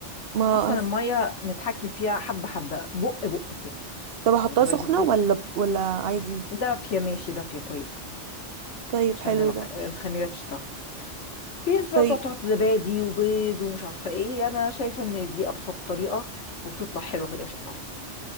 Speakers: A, on the right; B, on the left.
A: ما
B: اصلا
A: هت...
B: المية نتحكم فيها حبة حبة بق بق كده
A: طب أحطها
B: واخدة بالك
A: سخنة
B: ازاي
A: ولا ولا عادي
B: دافية ماشي دافية كويسة
A: طيب
B: عشان
A: حلو
B: الع-
A: ده
B: الخميرة تشتغل في ناس بقى
A: طيب
B: بتقعد تحط زبادي وبيض ومش عارفة ايه انا شايفة ان دي ابسط طريقة وبتطلع حلوة في الاخر برضه